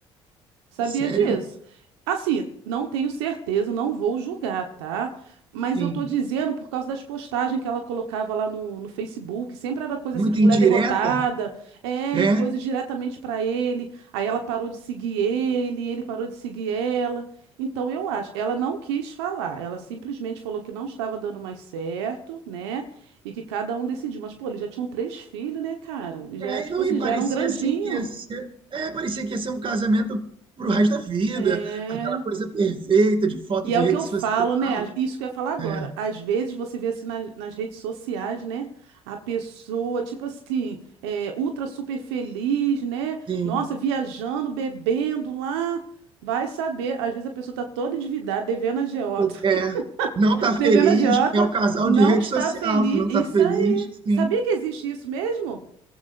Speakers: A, on the right (about 80°); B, on the right (about 40°).
A: Sabia
B: Sério?
A: disso? Assim, não tenho certeza, não vou julgar, tá? Mas
B: Sim.
A: eu tô dizendo por causa das postagens que ela colocava lá no, no Facebook, sempre era coisa
B: Muito
A: assim de mulher
B: indireta,
A: derrotada, é,
B: né?
A: e coisas diretamente pra ele. Aí ela parou de seguir ele, ele parou de seguir ela. Então eu acho, ela não quis falar, ela simplesmente falou que não estava dando mais certo, né? E que cada um decidiu. Mas, pô, eles já tinham três filhos, né, cara? E já,
B: É,
A: tipo
B: e não,
A: assim,
B: e parecia
A: já eram grandinhos.
B: assim que ia ser, é, parecia que ia ser um casamento pro resto da vida,
A: É.
B: aquela coisa perfeita de foto
A: E
B: de
A: é o
B: rede
A: que eu
B: social.
A: falo, né? Isso que eu ia falar agora.
B: É,
A: Às vezes você vê assim nas, nas redes sociais, né? A pessoa, tipo assim, é, ultra super feliz, né?
B: sim.
A: Nossa, viajando, bebendo lá. Vai saber. Às vezes a pessoa tá toda endividada, devendo a agiota.
B: Todo- É,
A: <laughs>
B: não tá
A: Devendo
B: feliz,
A: a agiota,
B: é o casal
A: não
B: de rede
A: está
B: social
A: feliz.
B: que não
A: Isso
B: tá feliz,
A: aí.
B: sim.
A: Sabia que existe isso mesmo?